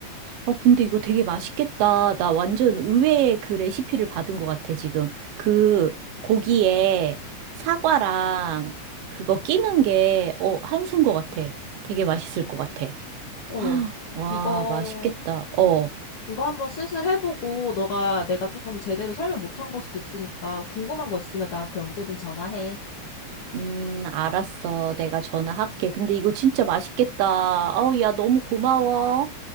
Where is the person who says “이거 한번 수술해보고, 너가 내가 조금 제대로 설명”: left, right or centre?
Left